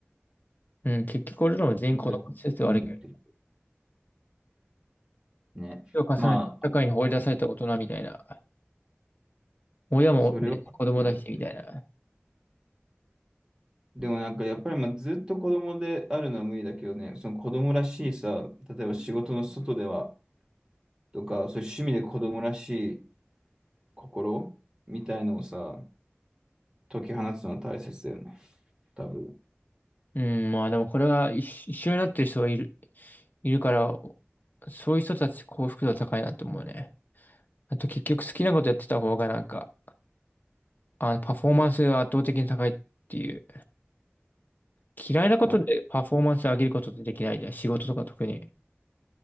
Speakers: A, on the left; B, on the right.
A: うん、結局俺らも全員子供先生悪いけ
B: なんか、うんってね。
A: ど、年を重ねて社会に放り出された大人みたいな。
B: まあ、
A: 親もね子供だしみたいな。
B: それはそうだよね。でもなんかやっぱりまあずっと子供であるのは無理だけどね、その子供らしいさ、例えば仕事の外ではとか、そういう趣味で子供らしい心みたいのをさ、解き放つのは大切だよね。多分。
A: うん、まあでもこれが一緒一緒になってる人がいる、いるから、そういう人たち幸福度は高いなって思うね。あと結局好きなことやってた方がなんか、あの、パフォーマンスが圧倒的に高いっていう。嫌いなことでパフォーマンス上げることってできないじゃん。
B: まあ、
A: 仕事とか特に。